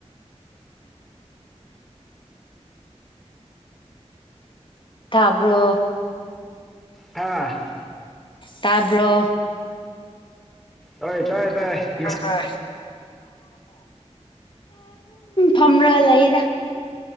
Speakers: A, on the left; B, in the centre.
A: ꯇꯥꯕ꯭ꯔꯣ
B: ꯍꯥꯥ
A: ꯇꯥꯕ꯭ꯔꯣ
B: ꯍꯣꯏ ꯇꯥꯏ ꯇꯥꯏꯌꯦ
A: ꯑꯗꯨꯝ ꯐꯒ ꯂꯩꯗ